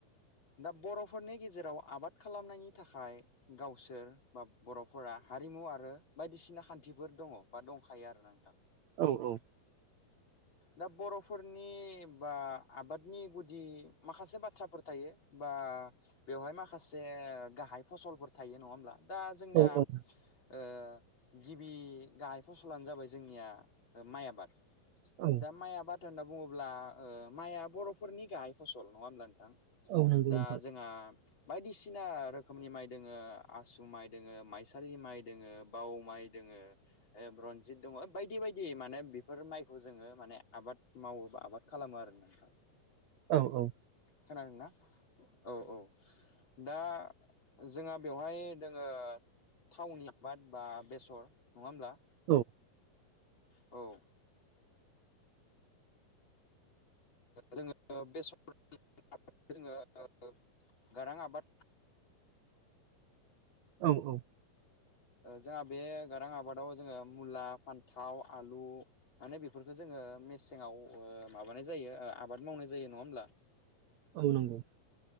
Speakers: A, on the left (about 30°); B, on the right (about 70°).
A: दा बर'फोरनि गेजेराव आबाद खालामनायनि थाखाय गावसोर बा बर'फोरा हारिमु आरो बायदिसिना खान्थिफोर दं बा दंखायो आरोना नोंथां
B: औ औ
A: दा बर'फोरनि बा आबादनि गुदि माखासे बाथ्राफोर थायो बा बेवहाय माखासे गाहाय फसलफोर थायो नङा होमब्ला दा जोंना
B: औ औ
A: ओ गिबि गाहाय फसलानो जाबाय जोंनिआ माइ आबाद
B: औ
A: दा माइआ बाथ्रा होनना बुङोब्ला ओ माइआ बर'फोरनि गाहाय फसल नङा होमब्ला नोंथां
B: औ नंगौ
A: दा
B: नोंथां
A: जोंहा बायदिसिना रोखोमनि माइ दोङो आसु माइ दोङो माइसालि माइ दोङो बाव माइ दो दोङो ओ रनजित दङो बायदि बायदि माने बेफोर माइखौ जोङो माने आबाद मावो बा आबाद खालामो आरो ना
B: औ औ
A: खोनादोंना औ औ दा जोंहा बेवहाय दोङो थावनि आबाद बा बेसर नंङा होमब्ला
B: औ
A: औ जोङो बेसरनि आबादखौ जोङो गारां आबाद
B: औ औ
A: जोंहा बे गारां आबादाव जोङो मुला फान्थाव आलु माने बेफोरखौ जोङो मेसेंआव ओ माबानाय जायो ओ आबाद मावनाय जायो नङा होमब्ला
B: औ नंगौ